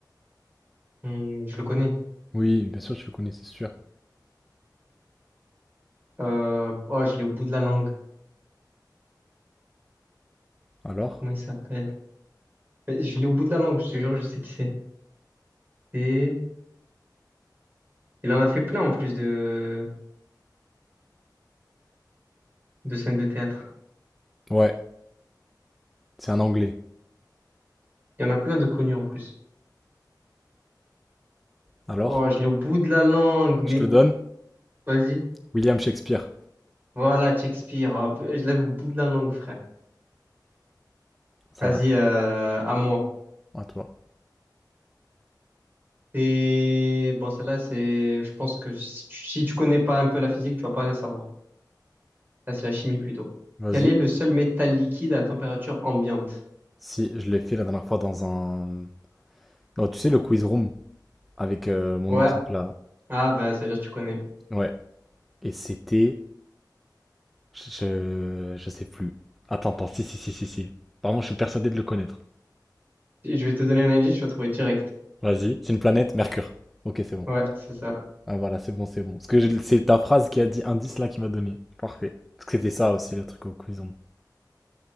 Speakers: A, on the right; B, in the centre.
A: Hmm, je le connais.
B: Oui, bien sûr, je le connais, c'est sûr.
A: Euh, oh, je l'ai au bout de la langue.
B: Alors?
A: Comment il s'appelle? Euh, Je l'ai au bout de la langue, je te jure, je sais qui c'est. Et il en a fait plein en plus de, de scènes de théâtre.
B: Ouais, c'est un anglais.
A: Il y en a plein de connus en plus.
B: Alors?
A: Oh, je l'ai au bout de la langue, mais
B: Je te le donne?
A: vas-y.
B: William Shakespeare.
A: Voilà, Shakespeare. Ah, je l'avais au bout de la langue, frère.
B: Ça
A: Vas-y,
B: va.
A: euh, à moi.
B: À toi.
A: Et bon, celle-là, c'est, je pense que si tu, si tu connais pas un peu la physique, tu vas pas la savoir. Là, c'est la chimie plutôt.
B: Vas-y.
A: Quel est le seul métal liquide à température ambiante?
B: Si, je l'ai fait la dernière fois dans un... Oh, tu sais, le quiz room avec euh, mon
A: Ouais.
B: équipe là.
A: Ah, bah, ça veut dire que tu connais.
B: Ouais. Et c'était... Je... je sais plus. Attends, attends. Si, si, si, si, si. Apparemment, je suis persuadé de le connaître.
A: Si Je vais te donner un indice, tu vas trouver direct.
B: Vas-y. C'est une planète, Mercure. Ok, c'est bon.
A: Ouais, c'est ça.
B: Ah, voilà, c'est bon, c'est bon. Parce que j'ai- c'est ta phrase qui a dit indice là qui m'a donné. Parfait. Parce que c'était ça aussi le truc au quiz room.